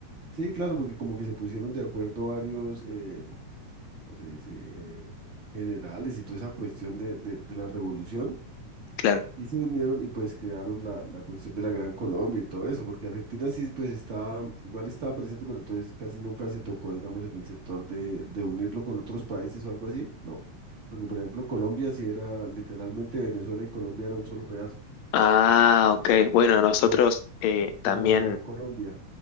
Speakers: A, on the right; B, on the left.
A: Sí, claro, porque como que se pusieron de acuerdo varios, eh, ¿cómo se dice? eh, generales y toda esa cuestión de, de de la revolución.
B: Claro.
A: Y se unieron y pues crearon la, la cuestión de la Gran Colombia y todo eso, porque Argentina sí pues estaba, igual estaba presente, pero entonces casi nunca se tocó, digamos, en el sector de, de unirlo con otros países o algo así, no. Porque por ejemplo Colombia sí era literalmente Venezuela y Colombia era un solo pedazo,
B: Ah, ok. Bueno, nosotros
A: que era,
B: eh,
A: que
B: también,
A: era la Gran Colombia.